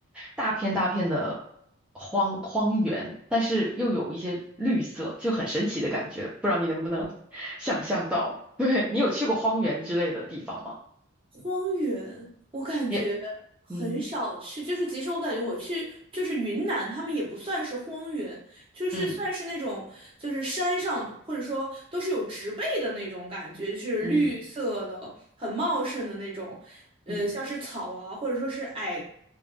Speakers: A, in the centre; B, on the right (about 25°).
A: 大片大片的荒荒原，但是又有一些绿色，就很神奇的感觉，不知道你能不能 <laughs> 想象到？<laughs> 对，你有去过荒原之类的地方吗？
B: 荒原，我感觉很少去，
A: 也，嗯
B: 就是即使我感觉我去，就是云南，他们也不算是荒原，就是算是那种就是山上的或者说都是有植被的那种感觉，
A: 嗯
B: 是绿色的，
A: 嗯
B: 很茂盛的那种，呃，
A: 嗯。
B: 像是草啊，或者说是矮，